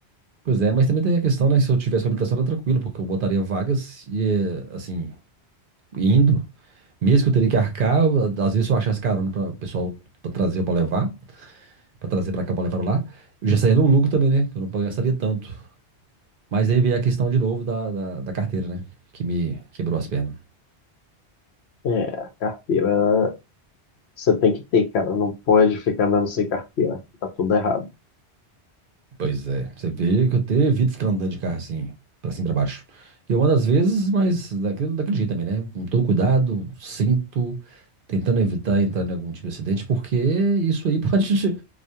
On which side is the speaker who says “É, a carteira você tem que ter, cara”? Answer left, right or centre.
Left